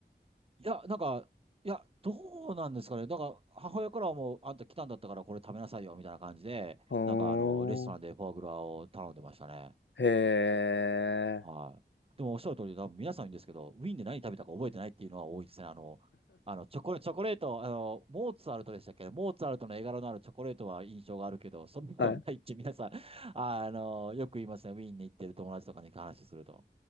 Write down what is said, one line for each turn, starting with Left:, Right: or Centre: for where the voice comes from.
Right: いや、なんか、いや、どうなんですかね。だから、母親からはもう、あんた来たんだったからこれ食べなさいよ、みたいな感じで、
Left: お
Right: なんかあの、レストランでフォアグラを頼んでましたね。
Left: ー、へえ、
Right: はい。でもおっしゃる通り、多分皆さん言うんですけど、ウィーンで何食べたか覚えてないっていうのは多いですね。あの、あの、チョコレ、チョコレート、あの、モーツァルトでしたっけモーツァルトの絵柄のあるチョコレートは印象があるけど、そんなではないって皆さん、
Left: はい。
Right: <laughs> あの、よく言いますね。ウィーンに行ってる友達とかに話すると。